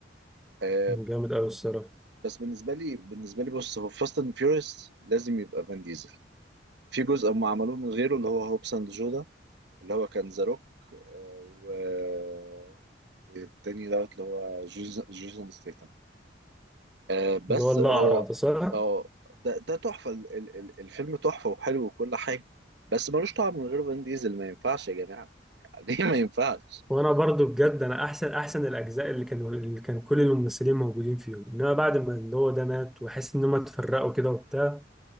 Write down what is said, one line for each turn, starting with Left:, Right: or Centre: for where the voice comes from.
Right: آه،
Centre: جامد قوي الصراحة
Right: بس بالنسبه لي بالنسبه لي بص هو فاست اند فيوريوس لازم يبقى فان ديزل في جزء هم عملوه من غيره اللي هو هوبس اند جودا اللي هو كان ذا روك آه، والتاني دوت اللي هو جيسون جيسون ستيتم آه، بس
Centre: اللي هو الاقرع
Right: هو
Centre: ده صح؟
Right: اه ده ده تحفة ال- ال- ال- الفيلم تحفة وحلو وكل حاجة بس ملوش طعم من غير فان ديزل ما ينفعش يا جماعة ليه ما ينفعش
Centre: وانا برضو بجد انا احسن احسن الاجزاء اللي كانوا اللي كان كل الممثلين موجودين فيهم انما بعد ما اللي هو ده مات واحس ان هم اتفرقوا كده وبتاع